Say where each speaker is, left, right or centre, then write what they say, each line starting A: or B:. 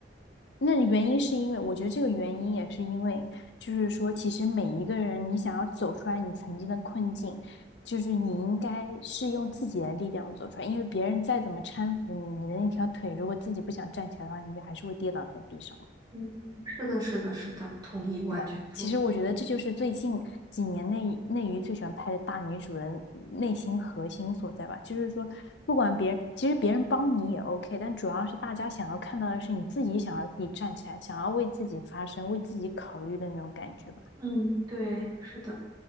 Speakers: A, on the left; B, on the right.
A: 那原因是因为，我觉得这个原因也是因为，就是说，其实每一个人，你想要走出来你曾经的困境，就是你应该是用自己的力量走出来，因为别人再怎么搀扶你，你的那条腿如果自己不想站起来的话，你就还是会跌倒在地上。
B: 嗯，是的，是的，是的，同意，完全同意。
A: 对吧？其实我觉得这就是最近几年内内娱最喜欢拍的大女主的内心核心所在吧。就是说，不管别人，其实别人帮你也 OK，但主要是大家想要看到的是你自己想要自己站起来，想要为自己发声、为自己考虑的那种感觉吧。
B: 嗯，对，是的。